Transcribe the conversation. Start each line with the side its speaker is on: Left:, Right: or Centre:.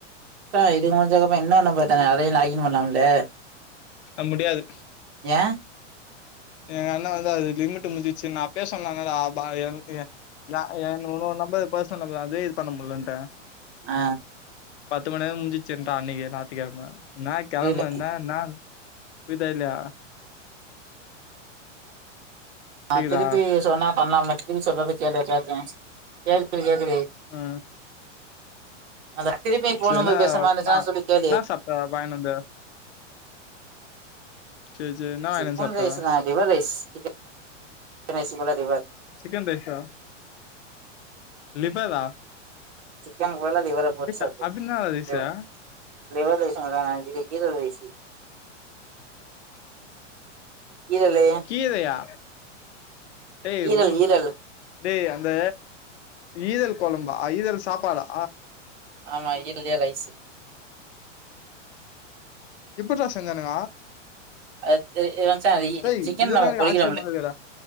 Right: தா இது முடிஞ்சக்கப்ற என்னன்ன பாத்தாங்க அதயு லாகின் பண்லாம்ல்ல
Left: அ முடியாது
Right: ஏ
Left: எங்க அண்ணா வந்து அது லிமிட் முடிஞ்ச்சி நா அப்பேயே சொன்ன இல்லடா அ ப ஏ எ ய அ ஏ உன்னோரு நம்பரு பர்சனல் நம்பரு அதே இது பண்ண முல்லன்டாங்க
Right: ஆ
Left: பத்து மண் நேரோ முஞ்ச்சின்டா அன்னைக்கு நாத்திக்கெழம என்னா கெழம
Right: புரியல
Left: என்னா நாள் புரிதா இல்யா கேக்குதா
Right: ஆ திருப்பி சொன்னா பண்லாம்ல்ல திருப்பி சொல்றது கேளு கேட்டே கேக்குது கேக்குது
Left: ஆ
Right: அத திருப்பி ஃபோன்
Left: செரி
Right: நம்பர்
Left: என்னா
Right: பேசுற மாரி இருந்துச்சுன்னா
Left: நா
Right: சொல்லி கேளு
Left: என்ன சாப்ட்ட வாய்னுவந்த சேரி சேரி என்னா
Right: சிக்கன்
Left: வாங்கினு வந்து சாப்ட்ட
Right: ரைஸ் நா லிவர் ரைஸ் சிக்கன் ரைஸ் போல ரிவர்
Left: சிக்கன் ரைஸா லிவரா
Right: சிக்கன்கு பதிலா லிவர போட்டு
Left: டேய்
Right: சாப்டு
Left: அப்டி என்னடா ரைஸு
Right: லிவர லிவர் ரைஸு அதா இது கீர ரைஸு ஈரல்லயா
Left: கீரையா டேய்
Right: ஈரல்
Left: ஒன்னு
Right: ஈரல்
Left: டேய் அந்த ஈரல் கொழம்பா ஈரல் சாப்பாடா
Right: ஆமா ஈரல்லையே ரைஸு
Left: எப்பட்றா செஞ்சானுங்க
Right: அத்து ஏ மச்சா வெய்
Left: டேய்
Right: சிக்கன்
Left: இதெல்லா
Right: நம்ம
Left: எனக்கு
Right: பொறிக்கிறமில்ல
Left: ஆச்சரியமா இருக்குடா